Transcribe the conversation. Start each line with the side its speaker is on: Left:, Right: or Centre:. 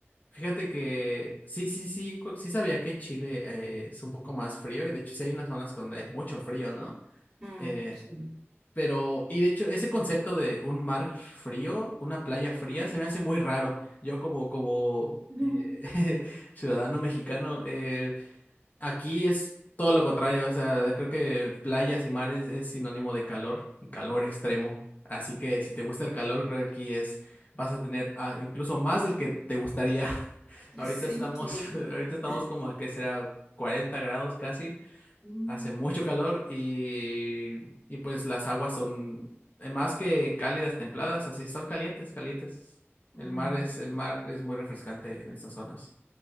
Left: Fíjate que sí, sí, sí, cu- sí sabía que en Chile eh, es un poco más frío y de hecho sí hay unas zonas donde hay mucho frío, ¿no?
Right: Mm,
Left: Eh,
Right: sí.
Left: pero, y de hecho ese concepto de un mar frío, una playa fría, se me hace muy raro. Yo como, como
Right: Ujú.
Left: eh, <laughs> ciudadano mexicano eh, Aquí es todo lo contrario, o sea, creo que playas y mares es sinónimo de calor y calor extremo. Así que si te gusta el calor, creo que aquí es, vas a tener ah, incluso más del que te gustaría. <laughs> Ahorita
Right: Sí,
Left: estamos,
Right: qué bueno.
Left: <laughs> ahorita estamos
Right: <laughs>
Left: como a qué será 40 grados casi,
Right: Mm,
Left: hace mucho calor y, y pues las aguas son eh, más que cálidas, templadas, así son calientes, calientes.
Right: mm,
Left: El mar es, el mar es muy refrescante en estas zonas.